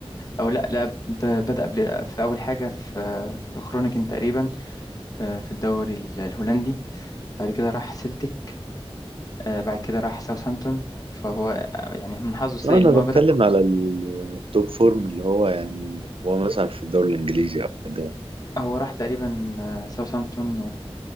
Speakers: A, on the left (about 35°); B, on the right (about 60°).
A: او لا لا ب- بدا قبل في اول حاجه في في خرونيكن تقريبا في في الدوري ال- الهولندي بعد كده راح سلتك آه، بعد كده راح ساوثهامبتون فهو يعني من حظه السيء
B: آه انا
A: ان
B: بتكلم
A: هو بدا
B: على التوب فورم اللي هو يعني هو مثلا في الدوري الانجليزي او حاجه
A: هو راح تقريبا آه، ساوثهامبتون